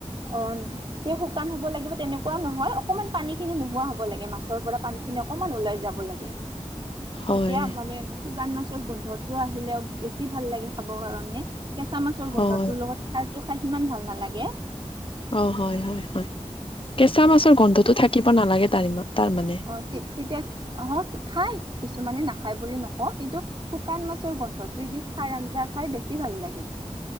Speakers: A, on the right; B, on the left.
A: অ', যে শুকান হ'ব লাগিব তেনেকুৱও নহয়, অকনমান পানী খিনি নোহোৱা হ'ব লাগে মাছৰ পৰা পানীখিনিৰ অকমান ওলাই যাব লাগে,
B: হয়
A: তেতিয়া মানে শুকান মাছৰ গোন্ধটো আহিলে বেছি ভাল লাগে খাবৰ কাৰণে, কেঁচা মাছৰ
B: হয়
A: গোন্ধটোৰ লগত খাৰটো খাই সিমান ভাল নালাগে।
B: অ', হয়, হয়, হয়, কেঁচা মাছৰ গন্ধটো থাকিব নালাগে তাৰ তাৰ মানে?
A: অ', তে-তেতিয়া আহ খাই কিছুমানে নাখায় বুলি নকওঁ, কিন্তু শুকান মাছৰ গন্ধটোৱে দুইদি সাৰ আঞ্জা খাই বেছি ভাল লাগে।